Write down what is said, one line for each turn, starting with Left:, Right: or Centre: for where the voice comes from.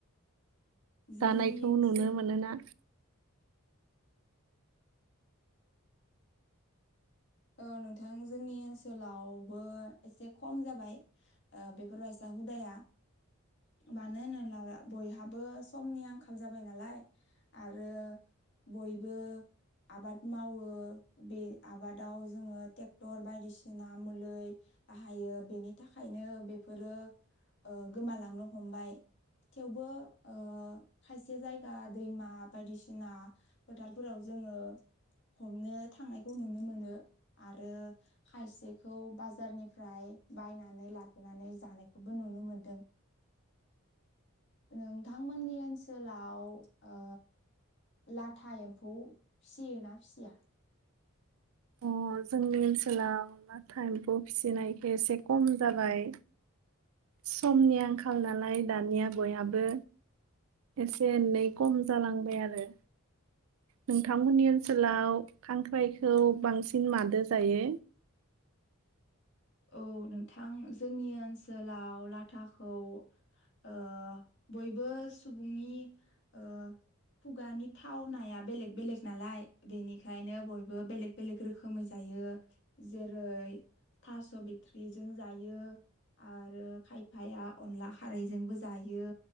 Left: जोंनि
Right: दानायखौ
Left: ओनसोल
Right: नुनो मोनोना
Left: औ नोंथां जोंनि ओनसोलावबो एसे खम जाबाय ओ बेफोरबायसा हुदाया मानो होनोब्ला बयहाबो समनि आंखाल जाबाय नालाय आरो बयबो आबाद मावो बे आबाद आव जोङो ट्रेक्टर बायदिसिना मुलै बाहायो बेनि थाखायनो बेफोरो ओ गोमालांनो हमबाय थेवबो ओ खायसे जायगा दैमा बायदिसिना फोथारफोराव जोङो हमनो थांनायखौ नुनो मोनो आरो खायसेखौ बाजारनिफ्राय बायनानै लाबोनानै जानायखौबो नुनो मोनदों नोंथांमोननि ओनसोलाव ओ लाथा एम्फौ फिसियोना फिसिया
Right: जोंनि ओनसोलाव लाथा एम्फौ फिसिनायखौ एसे खम जाबाय समनि आंखाल नालाय दानिया बयहाबो एसे एनै खम जालांबाय आरो नोंथांमोननि ओनसोलाव खांख्राइखौ मादो जायो?
Left: औ नोंथां जोंनि ओनसोलाव लाथाखौ ओ बयबो सुबुंनि ओ खुगानि थाव नाया बेलेग बेलेग नालाय बेनिखायनो बयबो बेलेग बेलेग रोखोमै जायो जेरै थास' बिट्रिजों जायो आरो खायफाया अनला खारैजोंबो जायो